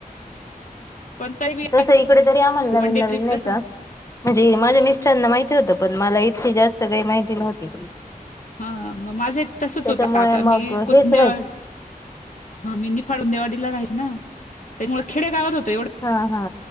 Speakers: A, on the left (about 55°); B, on the left (about 20°).
A: तरी बी
B: तस इकडे तरी आम्हाल नवीन
A: वन डे
B: नवीन
A: ट्रिप
B: नाही
A: तस
B: का. म्हणजे माझ्या मिस्टरांना माहिती होतं, पण मला इतकी जास्त काही माहिती नव्हती.
A: हा मग माझं तसच
B: त्याच्यामुळे
A: होत आता
B: मग
A: मी कोणद्या
B: हेच व्हायच
A: ह मेंदी फाडून देवाडीला राहायची ना, त्याच्यामुळे खेडे गावात होत एवढं
B: हा हा.